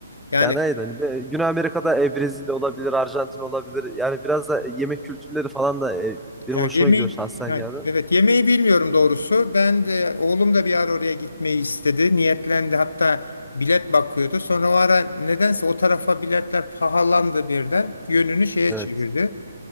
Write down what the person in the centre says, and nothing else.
Yani aynen. hani be- Güney Amerika'da e, Brezilya olabilir, Arjantin olabilir. Yani biraz da yemek kültürleri falan da e, benim
hoşuma
gidiyor şahsen
yani.
Evet.